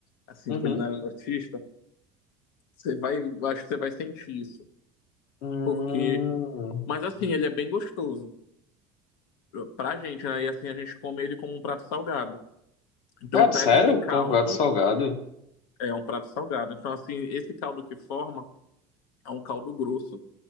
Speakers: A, on the left (about 85°); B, on the left (about 55°).
A: assim,
B: Uhum.
A: culinária nortista, você vai, eu acho que você vai sentir isso.
B: Hum.
A: Porque, mas assim, ele é bem gostoso. pra gente, né? E assim a gente come ele como um prato salgado. Então
B: Cara,
A: pega
B: sério?
A: esse caldo,
B: Com um prato salgado?
A: é um prato salgado. Então assim, esse caldo que forma é um caldo grosso